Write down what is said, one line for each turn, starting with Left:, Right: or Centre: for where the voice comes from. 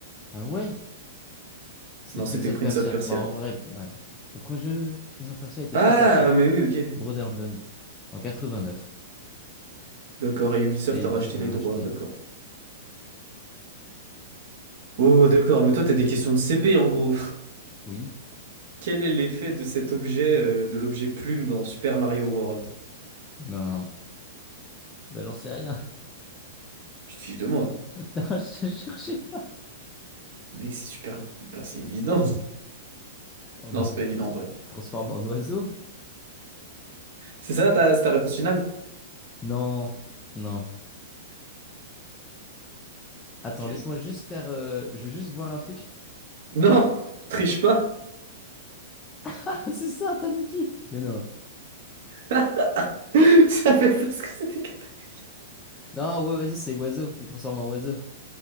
Left: Ah ouais? C'était
Right: Non,
Left: Prince
Right: c'était
Left: of
Right: Prince
Left: Persia.
Right: of Persia.
Left: Bah, en vrai, ouais. Le premier jeu, Prince of Persia, a été
Right: Ah,
Left: créé par le studio
Right: mais oui, ok.
Left: Broderbund en 89.
Right: D'accord, et Ubisoft
Left: Et Ubisoft
Right: a racheté
Left: a
Right: les droits,
Left: racheté.
Right: d'accord. Oh, d'accord, mais toi, t'as des questions de CP, en gros. <laughs>
Left: Oui.
Right: Quel est l'effet de cet objet, euh, de l'objet plume dans Super Mario World?
Left: Eh ben, ben, j'en sais rien. <laughs>
Right: Tu te fiches de moi.
Left: Non, je ne cherchais pas.
Right: Mec, c'est super. Bah, c'est évident. <laughs>
Left: Oh,
Right: Non,
Left: bah,
Right: c'est pas
Left: il
Right: évident en vrai.
Left: transforme en oiseau?
Right: C'est ça ta, c'est ta réponse finale?
Left: Non, non. Attends,
Right: Ok.
Left: laisse-moi juste faire. euh, je veux juste voir un truc.
Right: Non! Tu triches pas!
Left: <laughs> C'est ça, Tanuki! Mais non.
Right: <laughs> Tu savais pas ce que c'était qu'un tanuki.
Left: Non, ouais, vas-y, c'est oiseau. Il transforme en oiseau.